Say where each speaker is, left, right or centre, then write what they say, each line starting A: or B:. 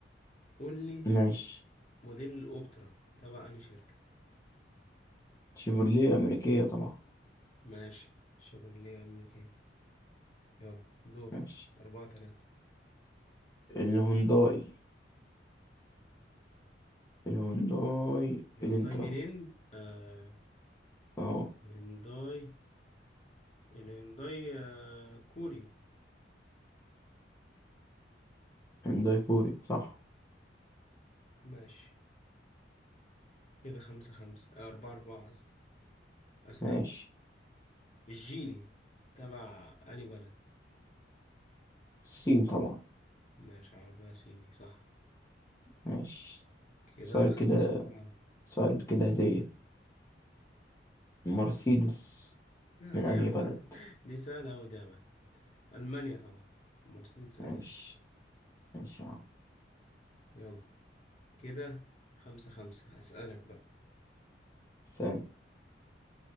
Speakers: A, on the left; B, on the left.
A: قول لي
B: ماشي
A: موديل الاوبترا تبع انهي شركة
B: شيفروليه أمريكية طبعا
A: ماشي شيفروليه امريكية يلا دور
B: ماشي
A: أربعة تلاتة
B: الهونداي الهونداي
A: الهيونداي
B: الانترا
A: منين؟ آه
B: اه
A: هيونداي الهيونداي آه كوري
B: هنداي كوري صح
A: ماشي كده خمسة خمسة آه أربعة أربعة قصدي أسأل
B: ماشي
A: الجيني تبع أنهي بلد؟
B: الصين طبعا
A: ماشي عربية صيني صح
B: ماشي
A: كده
B: سؤال
A: خمسة
B: كده
A: أربعة
B: سؤال كده هدية مرسيدس
A: لا
B: من
A: دي
B: أنهي
A: <laughs>
B: بلد
A: دي سهلة أوي دي يا بقى ألمانيا طبعا مرسيدس ألمانيا
B: ماشي ماشي يا عم
A: يلا كده خمسة خمسة هسألك بقى
B: ثاني